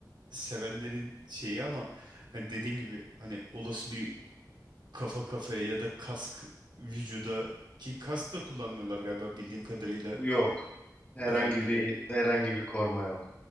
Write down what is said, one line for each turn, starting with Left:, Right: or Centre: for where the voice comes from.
Right: sevenlerin şeyi ama hani dediğim gibi hani olası bir kafa kafaya ya da kask vücuda ki kask da kullanmıyorlar galiba bildiğim kadarıyla
Left: Yok. Herhangi
Right: Rugby'de. rugby'de.
Left: bir herhangi bir koruma yok.